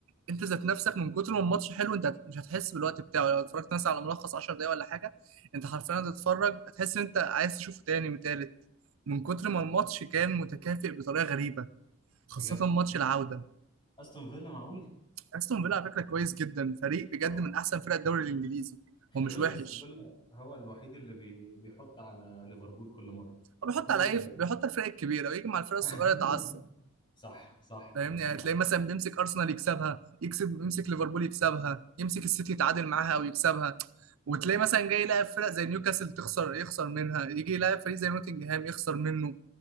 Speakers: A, on the right; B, on the left.
A: انت ذات نفسك من كتر ما الماتش حلو انت هت- مش هتحس بالوقت بتاعه لو اتفرجت مثلا على ملخص 10 دقايق ولا حاجه انت حرفيا هتتفرج هتحس ان انت عايز تشوفه تاني وتالت من كتر ما الماتش كان متكافئ بطريقه غريبه خاصه
B: بجد
A: ماتش العوده
B: أستون فيلا معقول
A: استون فيلا على فكره كويس جدا فريق بجد
B: و-
A: من احسن فرق الدوري الانجليزي
B: خلي
A: هو مش
B: بالك
A: وحش
B: أستون فيلا هو الوحيد اللي بي... بيحط على ليفربول كل مرة
A: هو بيحط
B: كل
A: على
B: شوية
A: اي بيحط على الفرق الكبيره ويجي مع الفرق الصغيره
B: <laughs>
A: يتعصب
B: صح صح
A: فاهمني
B: عندك
A: يعني
B: حق
A: تلاقي مثلا بيمسك ارسنال يكسبها يكسب يمسك ليفربول يكسبها يمسك السيتي يتعادل معاها او يكسبها وتلاقي مثلا جاي يلاعب فرق زي نيوكاسل تخسر يخسر منها يجي يلاعب فريق زي نوتنجهام يخسر منه